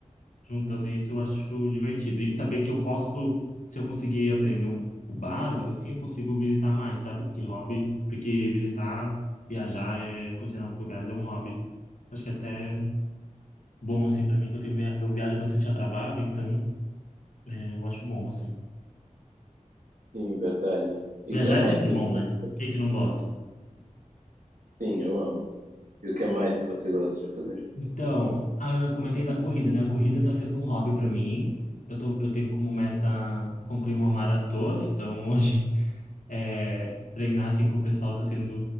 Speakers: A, on the left; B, on the right.
A: juntando isso, eu acho divertido. E saber que eu posso, se eu conseguir aprender um, o básico, assim, eu consigo visitar mais, sabe? Porque hobby, porque visitar, viajar, é, conhecer novos lugares é um hobby, acho que é até bom, assim, pra mim, que eu tenho, via- eu viajo bastante a trabalho, então é, eu acho bom, assim.
B: Sim, verdade. E
A: Viajar
B: o que mais
A: é sempre
B: que você
A: bom,
B: gosta
A: né?
B: de fazer?
A: Quem que não gosta?
B: Sim, eu amo. E o que mais que você gosta de fazer?
A: Então, ah, eu comentei da corrida, né? A corrida tá sendo um hobby para mim. Eu tô, eu tenho como meta concluir uma maratona, então hoje <laughs> é, treinar assim com o pessoal tá sendo